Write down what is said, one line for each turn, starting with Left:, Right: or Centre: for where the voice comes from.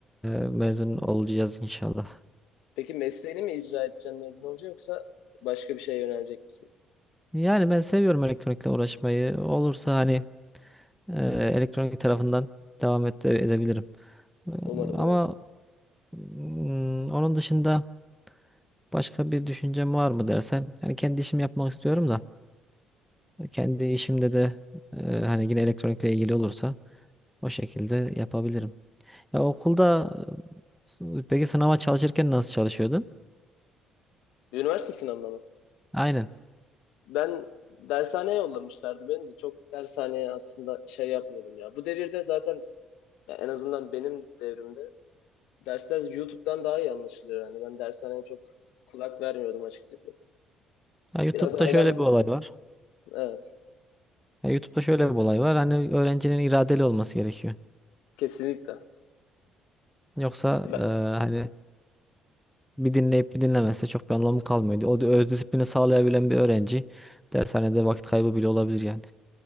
Centre: e, mezun
Left: mi?
Centre: olacağız inşallah.
Left: Peki mesleğini mi icra edeceksin mezun olunca yoksa başka bir şeye yönelecek misin?
Centre: Yani ben seviyorum elektronikle uğraşmayı. Olursa hani e, elektronik tarafından devam et, edebilirim. E,
Left: Umarım
Centre: ama
Left: umarım.
Centre: mm, onun dışında başka bir düşüncem var mı dersen? Yani kendi işimi yapmak istiyorum da. Kendi işimde de e, hani yine elektronikle ilgili olursa o şekilde yapabilirim. Ya okulda e, s- peki sınava çalışırken nasıl çalışıyordun?
Left: Üniversite sınavına mı?
Centre: Aynen.
Left: Ben dershaneye yollamışlardı beni de. Çok dershaneye aslında şey yapmıyordum ya. Bu devirde zaten ya en azından benim devrimde dersler YouTube'dan daha iyi anlaşılıyor. Yani ben dershaneye çok kulak vermiyordum açıkçası.
Centre: Ya YouTube'da
Left: Biraz ailem
Centre: şöyle bir olay var.
Left: evet
Centre: Ya YouTube'da şöyle bir olay var. Hani öğrencinin iradeli olması gerekiyor.
Left: kesinlikle.
Centre: Yoksa
Left: Ben,
Centre: e, hani bir dinleyip bir dinlemezse çok bir anlamı kalmıyor. O da öz disiplini sağlayabilen bir öğrenci dershanede vakit kaybı bile olabilir yani.